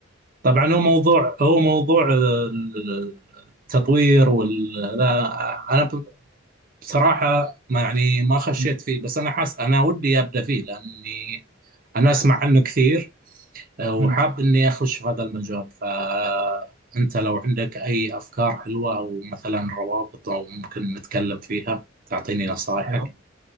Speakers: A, on the right; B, on the right.
A: طبعا هو موضوع هو موضوع آه، التطوير وال لا أنا بصراحة ما يعني ما خشيت
B: مم.
A: فيه بس أنا حاس أنا ودي أبدأ فيه لأني أنا أسمع عنه كثير وحاب
B: مم.
A: إني أخش في هذا المجال فأنت لو عندك أي أفكار حلوة أو مثلا روابط أو ممكن نتكلم فيها تعطيني نصائحك
B: خلاص